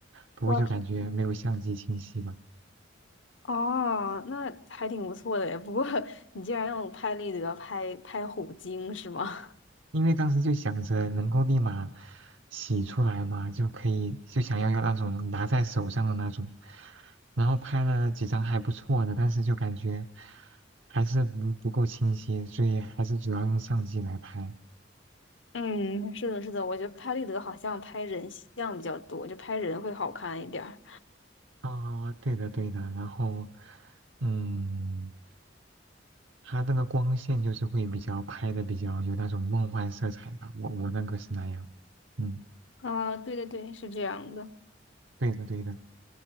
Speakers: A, on the right; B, on the left.
A: 不过就感觉没有相机清晰吧。
B: 哇塞。哦，那还挺不错的耶。不过你竟然用拍立得拍拍虎鲸是吗？
A: 因为当时就想着能够立马洗出来嘛，就可以就想要要那种拿在手上的那种，然后拍了几张还不错的，但是就感觉还是不不够清晰，所以还是主要用相机来拍。
B: <laughs> 嗯，是的，是的，我觉得拍立得好像拍人像比较多，就拍人会好看一点儿。
A: 啊、对的对的，然后嗯，它那个光线就是会比较拍的比较有那种梦幻色彩吧，我我那个是那样，嗯，
B: 啊、对对对，是这样的。
A: 对的对的，